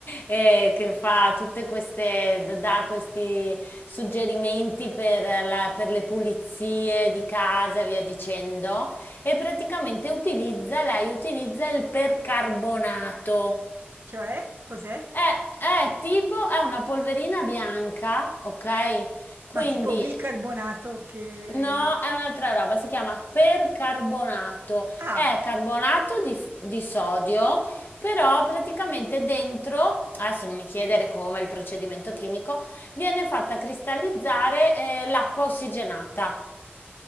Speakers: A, on the left; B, on the right.
A: <laughs> eh, che fa tutte queste, d- dà questi suggerimenti per, la- per le pulizie di casa e via dicendo. E praticamente utilizza, lei utilizza il percarbonato.
B: cioè cos'è?
A: È, è tipo, è una polverina bianca, ok? Quindi,
B: Ma tipo bicarbonato che...
A: no, è un'altra roba, si chiama percarbonato.
B: Ah,
A: È carbonato di, f- di sodio, però praticamente dentro, adesso non mi chiedere come è il procedimento chimico, viene fatta cristallizzare, eh, l'acqua ossigenata.